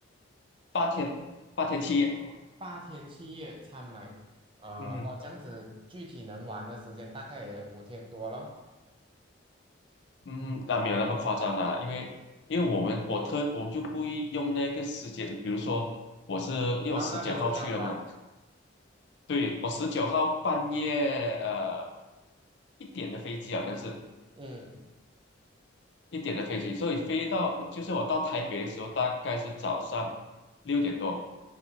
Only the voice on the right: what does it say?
哦，八天七夜参买，呃，
哦，这样子具体能玩的时间大概也五天多咯。
到那边是早餐，
嗯，